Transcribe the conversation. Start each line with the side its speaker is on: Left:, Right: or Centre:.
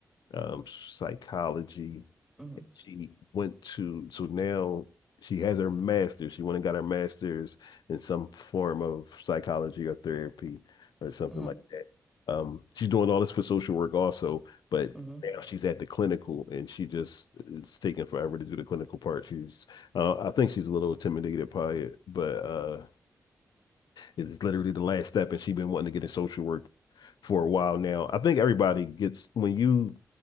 Left: um, psychology.
Centre: mm-hmm,
Left: She went to, so now she has her master's. She went and got her master's in some form of psychology or therapy or something
Centre: mm-hmm,
Left: like that. Um, she's doing all this for social work also, but
Centre: mm-hmm,
Left: now she's at the clinical and she just, it's taking forever to do the clinical part. She's, uh, I think she's a little intimidated by it, but uh, it's literally the last step, and she's been wanting to get in social work for a while now. I think everybody gets when you